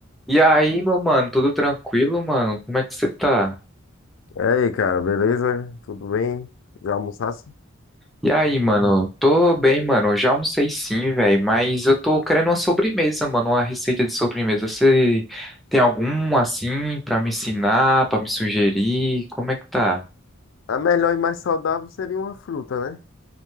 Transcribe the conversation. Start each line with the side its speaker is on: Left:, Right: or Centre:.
Centre: E aí, meu mano, tudo tranquilo, mano? Como é que você tá?
Left: E aí, cara, beleza? Tudo bem? Já almoçasse?
Centre: E aí, mano? Tô bem, mano. Já almocei sim, velho, mas eu tô querendo uma sobremesa, mano, uma receita de sobremesa. Você tem algum assim pra me ensinar, pra me sugerir? Como é que tá?
Left: A melhor e mais saudável seria uma fruta, né?